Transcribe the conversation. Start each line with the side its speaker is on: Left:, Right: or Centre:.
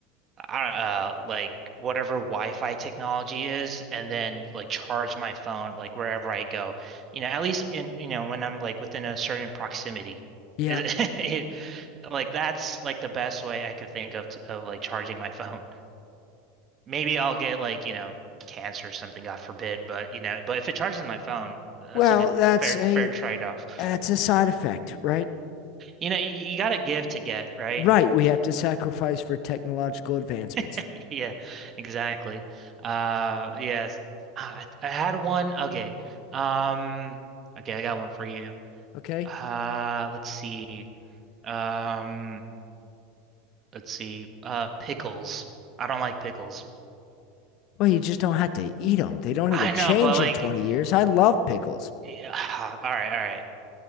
Right: uh, like whatever Wi-Fi technology is, and then like charge my phone like wherever I go. You know, at least in you know when I'm like within a certain proximity.
Left: Yeah.
Right: Is- <laughs> Like that's like the best way I could think of to, of like charging my phone. Maybe I'll get like you know cancer or something, God forbid. But you know, but if it charges my phone, that's
Left: Well,
Right: a good
Left: that's
Right: fair
Left: a
Right: fair trade-off.
Left: that's a side effect, right?
Right: You know, you, you got to give to get, right?
Left: Right. We have to sacrifice for technological advancements.
Right: <laughs> Yeah, exactly. Uh, yes. Ah, I, I had one. Okay. Um, okay, I got one for you.
Left: Okay.
Right: Uh, let's see. Um, let's see. Uh, pickles. I don't like pickles.
Left: Well, you just don't have to eat them. They don't need
Right: I
Left: to change
Right: know, but like,
Left: in 20 years. I love
Right: y-
Left: pickles.
Right: y- ah, all right, all right.